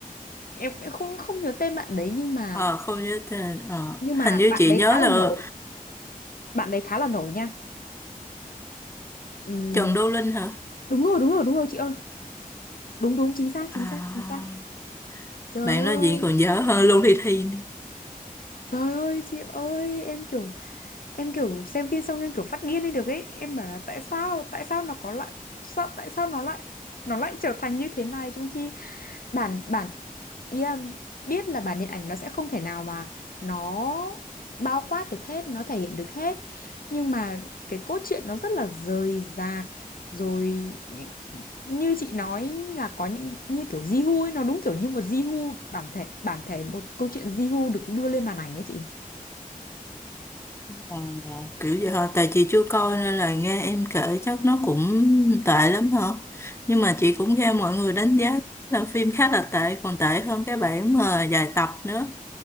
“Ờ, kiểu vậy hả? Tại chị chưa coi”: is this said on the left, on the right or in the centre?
Left